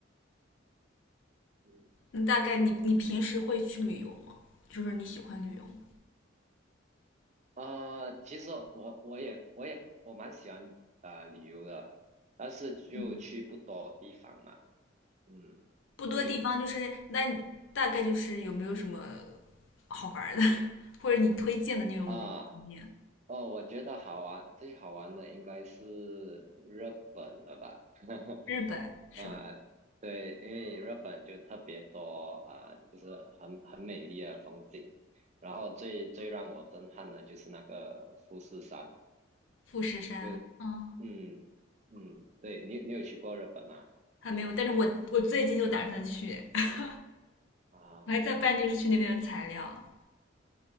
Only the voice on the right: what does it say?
嗯
呃，其实我我也我也我蛮喜欢呃旅游的，但是就去不多地方嘛。
嗯，
对
啊，哦，我觉得好玩，最好玩的应该是日本了吧？<laughs>
啊，对，因为日本就特别多啊，就是很很美丽的风景。然后最最让我震撼的就是那个富士山，
就
嗯嗯，对你你有去过日本吗？
啊